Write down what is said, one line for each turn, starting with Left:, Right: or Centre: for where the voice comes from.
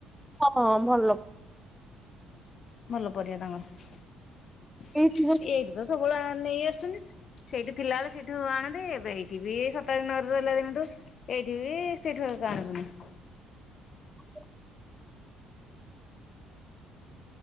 Centre: ହଁ ଭଲ।
Left: ଭଲ ପରିବା ତାଙ୍କର
Centre: ଏଇଠି ଯୋଉ
Left: ଏଇଠୁତ ସବୁବେଳେ ନେଇ ଆସୁଚନ୍ତି। ସେଇଠି ଥିଲାବେଳେ ସେଇଠୁ ଆଣନ୍ତି ଏବେ ଏଇଠିବି ସତାବ୍ଦୀନଗ ରହିଲାଦିନଠୁ ଏଇଠିବି ସେଇଠି ଏକା ଆଣୁଚନ୍ତି।
Centre: <inaudible>